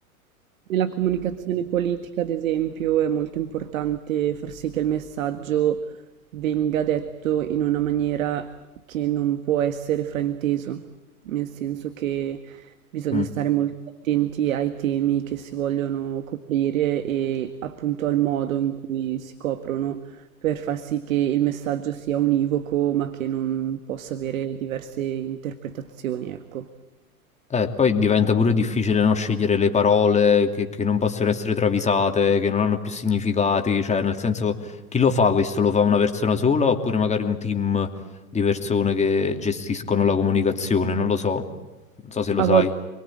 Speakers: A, on the right (about 65°); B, on the left (about 15°).
A: Nella comunicazione politica, ad esempio, è molto importante far sì che il messaggio venga detto in una maniera che non può essere frainteso, nel senso che bisogna
B: Mm.
A: stare molto attenti ai temi che si vogliono coprire e appunto al modo in cui si coprono per far sì che il messaggio sia univoco, ma che non possa avere diverse interpretazioni, ecco.
B: Eh, poi diventa pure difficile non scegliere le parole che, che non possono essere travisate, che non hanno più significati, cioè nel senso chi lo fa questo? Lo fa una persona sola oppure magari un team di persone che gestiscono la comunicazione? Non lo so, non so se lo
A: A
B: sai.
A: volte,